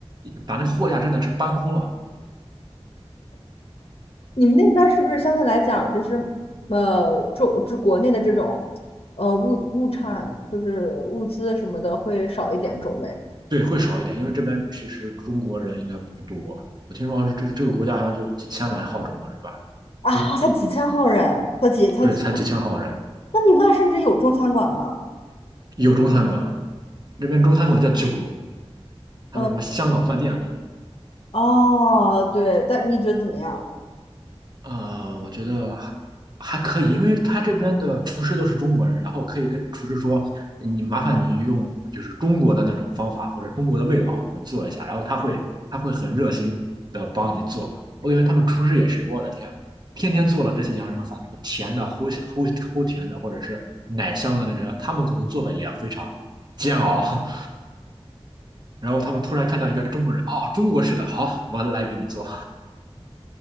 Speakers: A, on the right; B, on the left.
A: 把那个货架真的是搬空了，
B: 你们那边儿是不是相对来讲就是呃，中就国内的这种呃物物产就是物资什么的会少一点种类
A: 对，会少一点，因为这边其实中国人应该不多，我听说这这个国家好像就几千来号中国人吧，
B: 啊？才几千号人，才几才几，
A: 对，才几千号人，
B: 那你们那儿甚至有中餐馆吗？
A: 有中餐馆，这边中餐馆叫九龙，还有什么香港饭店
B: 嗯，哦，对，但你觉得怎么样？
A: 呃，我觉得还还可以，因为他这边的厨师都是中国人，然后可以跟厨师说，你麻烦你用就是中国的那种方法或者中国的味道我做一下，然后他会他会很热心的帮你做。我感觉他们厨师也是，我的天，天天做了这些洋人饭，什么甜的、齁齁齁甜的，或者是奶香的那种，他们可能做的也非常煎熬。<laughs> 然后他们突然看到一个中国人，哦，中国式的，好，我来给你做。